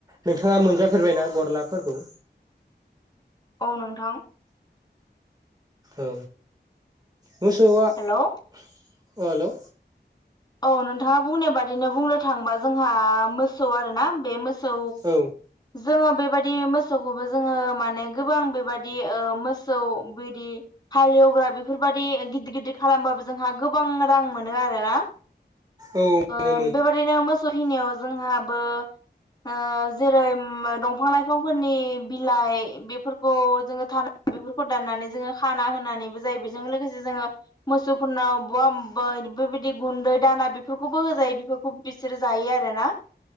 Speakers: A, on the right; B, on the left.
A: नोंथाङा मोनजाफेरबायना गरलाफोरखौ?
B: औ नोंथां।
A: औ मोसौआ अ
B: हेलौ
A: हेलौ।
B: औ नोंथाङा बुंनाय बादिनो बुंनो थाङोबा जोंहा मोसौ आरोना बे मोस -सौ
A: औ
B: जोङो बेबायदि मो -सौखौबो जोङो माने गोबां बेबादि ओ मोसौ बिदि हालेवग्रा बेफोरबाय -दि गिदिर गिदिर खालामबाबो जोंहा गोबां रां मोनो आरो ना।
A: औ
B: ओ
A: मोनो
B: बेबादिनो मोसौ हिनियाव जोंहाबो ओ जेरै दंफां लाइफांफोरनि बिलाइ बेफोरखौ जोङो थानो। बेफोरखौ दाननानै जोङो खाना होनानैबो जायो बेजों लोगोसे जोङो मोसौफोरनाव बहामबै बेबायदि गुन्दै दाना बेफोरखौबो होजायो बेफोरखौ बिसोरो जायो आरो ना।